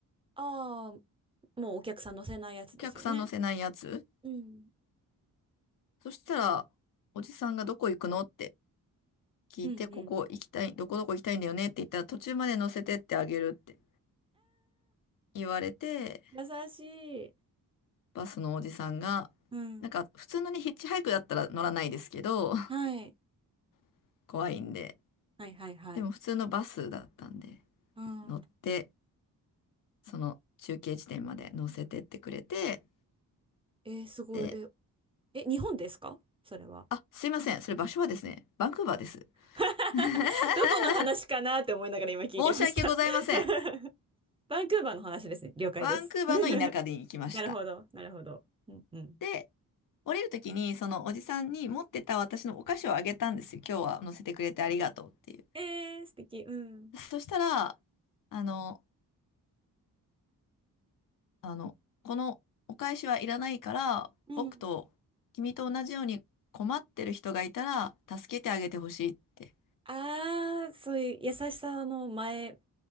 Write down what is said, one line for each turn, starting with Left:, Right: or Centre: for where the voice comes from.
Right: ああ、もうお客さん乗せないやつですよね。
Left: お客さん乗せないやつ。
Right: うん。
Left: そしたら、おじさんがどこ行くのって聞いて、
Right: うんうん。
Left: ここ行きたい、どこどこ行きたいんだよねって言ったら、途中まで乗せてってあげるって言われて、
Right: 優しい。
Left: バスのおじさんが、
Right: うん。
Left: なんか普通のにヒッチハイクだったら乗らないですけど、
Right: はい。
Left: <laughs> 怖いんで。
Right: はいはいはい。
Left: でも普通のバスだったんで、
Right: うん。
Left: 乗って、その中継地点まで乗せてってくれて、
Right: えーすごい。
Left: で、
Right: え、え、日本ですかそれは。
Left: あ、すいません。それ場所はですね、バンクーバーです。
Right: <laughs>
Left: <laughs>
Right: どこの話かなって思いながら今聞いてました
Left: 申し訳ございません。
Right: <laughs> バンクーバーの話ですね。了解です。
Left: バンクーバーの田舎に行きました。
Right: <laughs> なるほど、なるほど。うんうん。
Left: で、降りるときに、そのおじさんに持ってた私のお菓子をあげたんですよ。今日は乗せてくれてありがとうっていう。
Right: えー、素敵。うん。
Left: そしたら、あの、あの、このお返しはいらないから、
Right: うん。
Left: 僕と君と同じように困ってる人がいたら、助けてあげてほしいって、
Right: あー、そういう優しさの前、